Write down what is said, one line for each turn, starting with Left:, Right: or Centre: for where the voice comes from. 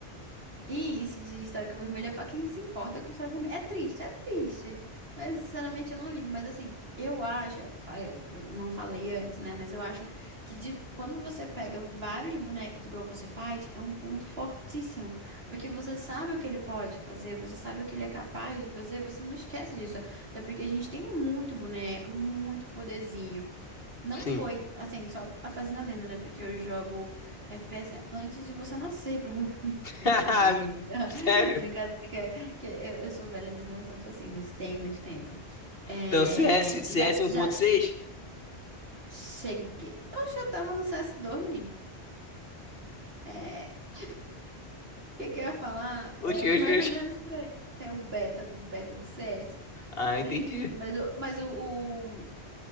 Right: E isso de histórico vermelho é pra quem se importa com história vermelha. É triste, é triste. Mas, sinceramente, eu não ligo. Mas, assim, eu acho. fa- Eu não falei antes, né? Mas eu acho que de- quando você pega vários bonecos igual você faz, é um ponto fortíssimo. Porque você sabe o que ele pode fazer, você sabe o que ele é capaz de fazer, você não esquece disso. Até porque a gente tem muito boneco e muito poderzinho. Não
Left: Sim.
Right: foi, assim, só a fazendo adendo, né? Porque eu jogo FPS antes de você nascer, <laughs> provavelmente. Brincadeira.
Left: <laughs> Sério?
Right: <laughs> Brincadeira que, é- que é- eu, eu sou velha, mas não tanto assim, mas tem muito tempo. É,
Left: Então CS, CS
Right: já,
Left: 1.6?
Right: já cheguei. Oxe, eu tava no CS2, menino. É, o que que eu ia falar? É
Left: Oxi, oxi,
Right: mais
Left: oxi.
Right: ou menos por aí. Tem o beta do beta do CS.
Left: Ah, entendi.
Right: Enfim, mas, o- mas o,